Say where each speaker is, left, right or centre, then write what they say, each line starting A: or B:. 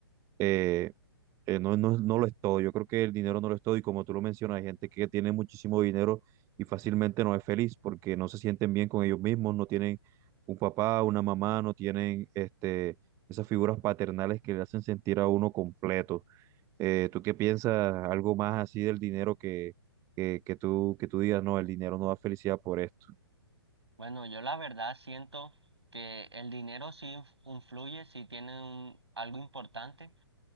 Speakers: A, on the right; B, on the right.
A: eh, eh, no, no, no lo es todo. Yo creo que el dinero no lo es todo y como tú lo mencionas, hay gente que tiene muchísimo dinero y fácilmente no es feliz porque no se sienten bien con ellos mismos, no tienen un papá, una mamá, no tienen este, esas figuras paternales que le hacen sentir a uno completo. Eh, ¿tú qué piensas? Algo más así del dinero que, que, que tú, que tú digas, no, el dinero no da felicidad por esto.
B: Bueno, yo la verdad siento que el dinero sí inf- influye, sí tiene un- algo importante.